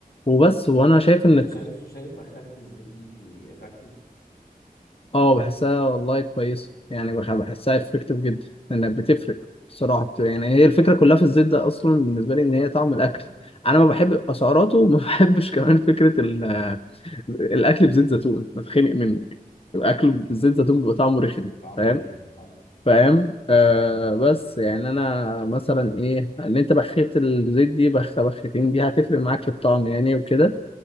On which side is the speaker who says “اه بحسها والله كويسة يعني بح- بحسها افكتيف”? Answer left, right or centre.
Left